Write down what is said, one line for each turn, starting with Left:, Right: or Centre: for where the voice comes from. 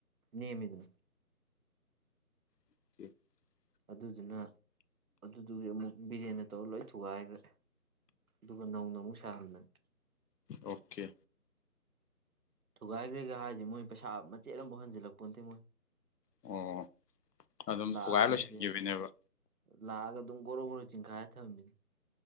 Right: ꯅꯦꯝꯃꯤꯗꯅ
Left: <inaudible>
Right: ꯑꯗꯨꯗꯨꯅ ꯑꯗꯨꯗꯨꯒꯤ ꯑꯃꯨꯛ ꯕꯤꯔꯦꯟꯅ ꯇꯧꯔ ꯂꯣꯏ ꯊꯨꯒꯥꯏꯒ꯭ꯔꯦ ꯑꯗꯨꯒ ꯅꯧꯅ ꯑꯃꯨꯛ ꯁꯥꯍꯟꯕꯅꯦ
Left: ꯑꯣꯀꯦ
Right: ꯊꯨꯒꯥꯏꯒ꯭ꯔꯦꯒ ꯍꯥꯏꯖꯦ ꯃꯣꯏ ꯄꯩꯁꯥ ꯃꯆꯦꯠ ꯑꯝꯐꯥꯎ ꯍꯟꯖꯜꯂꯛꯄꯣꯠꯇꯦ ꯃꯣꯏ
Left: ꯑꯣ ꯑꯗꯨꯝ
Right: ꯂꯥꯑꯒ
Left: ꯊꯨꯒꯥꯏꯔ ꯂꯣꯏꯁꯤꯟꯈꯤꯕꯅꯦꯕ
Right: <unintelligible> ꯂꯥꯑꯒ ꯑꯗꯨꯝ ꯒꯣꯔꯣ ꯒꯣꯔꯣ ꯆꯤꯡꯈꯥꯏꯔ ꯊꯃꯝꯕꯤꯅꯦ